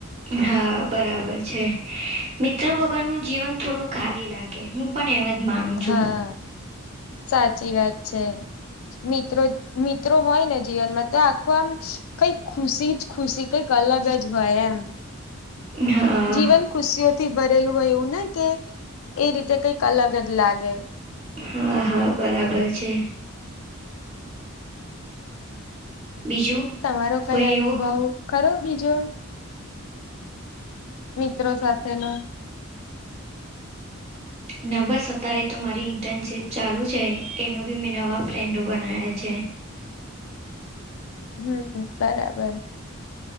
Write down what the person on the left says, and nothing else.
હા સાચી વાત છે મિત્રો મિત્રો હોય ને જીવનમાં તો આખું આમ કઈક ખુશી જ ખુશી કઈક અલગ જ હોય એમ.
જીવન ખુશીઓથી ભરેલું હોય એવું ને કે એ રીતે કઈક અલગ જ લાગે
તમારો કઈ
અનુભવ
કરરો બીજો મિત્રો સાથે ના
હમ બરાબર